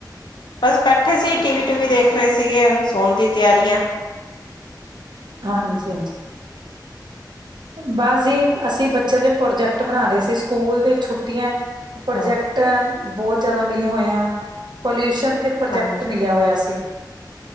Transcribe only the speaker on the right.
ਹਾਂਜੀ, ਹਾਂਜੀ, ਬਸ ਜੀ ਅਸੀ ਬੱਚੇਆਂ ਦੇ ਪਰੋਜੈਕਟ ਬਨਾ ਰਏ ਸੀ ਸਕੂਲ ਦੇ ਛੁੱਟੀਆਂ ਪਰੋਜੈਕਟ
ਬੋਤ ਜਾਦਾ ਮਿਲੇ ਹੋਏ ਆ ਪੋਲਿਊਸ਼ਨ ਤੇ ਪ੍ਰੋਜੈਕਟ
ਮਿਲਿਆ ਹੋਏਆ ਸੀ।